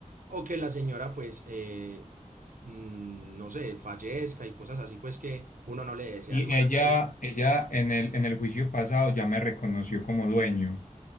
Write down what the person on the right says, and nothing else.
o que la señora, pues, eh, mm, no sé, fallezca y cosas así, pues que uno no le desea
el mal
a nadie